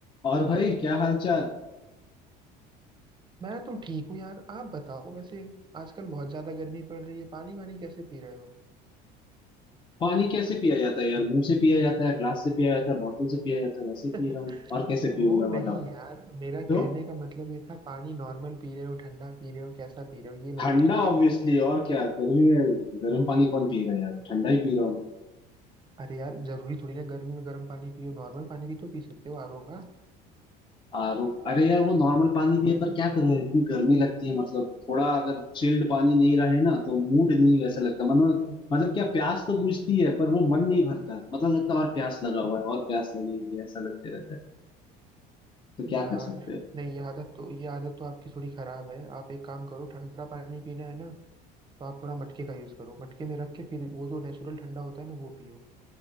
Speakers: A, on the left; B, on the right.
A: और भाई क्या हाल चाल
B: मैं तो ठीक हूँ यार आप बताओ वैसे आजकल बहुत ज्यादा गर्मी पड़ रही है पानी वानी कैसे पी रहे हो
A: पानी कैसे पिया जाता है यार मुंह से पिया जाता है ग्लास से पिया जाता है बोतल से पिया जाता है वैसे
B: <laughs>
A: पी रहा हूँ और कैसे
B: वो
A: पीऊंगा
B: नहीं
A: बताओ
B: यार मेरा
A: तो
B: कहने का मतलब ये था पानी नॉर्मल पी रहे हो ठंडा पी रहे हो कैसा पी रहे हो ये
A: ठंडा
B: मैं पूछ रहा
A: ऑब्वियसली
B: हूँ
A: और क्या गर्मी में गर्म पानी कौन पिएगा यार ठंडा ही पी रहा हूँ
B: अरे यार जरूरी थोड़ी ना गर्मी में गर्म पानी पियो नॉर्मल पानी भी तो पी सकते हो आरओ का
A: आरो अरे यार वो नॉर्मल पानी भी है पर क्या करो यार इतनी गर्मी लगती है मतलब थोड़ा अगर चिल्ड पानी नहीं रहे ना तो मूड नहीं वैसा लगता मतलब
B: हम्म।
A: मतलब क्या प्यास तो बुझती है पर वो मन नहीं भरता मतलब लगता है और प्यास लगा हुआ है और प्यास लगी हुई है ऐसा लगते रहता है तो क्या
B: यार
A: कर सकते हैं
B: नहीं ये आदत तो ये आदत तो आपकी थोड़ी खराब है आप एक काम करो ठंडा पानी पीना है ना तो आप थोड़ा मटके का यूज करो मटके में रख के फिर वो जो नेचुरल ठंडा होता है ना वो पियो